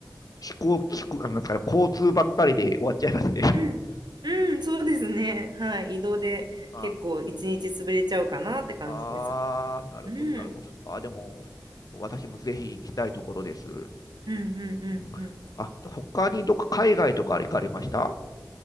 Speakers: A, on the left; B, on the right.
A: 飛行機、飛行あのなんですかね、交通ばっかりで終わっちゃいますね。
B: うん、うん、
A: うん
B: そうですね。
A: うんまあ
B: はい。移動で結構一日潰れちゃうかなって感じです。
A: あ、あーなるほど、
B: うん。
A: なるほど。あー、でも、私もぜひ行きたいところです。
B: うんうんうんうん。
A: うん、あ、他にどっか海外とか行かれました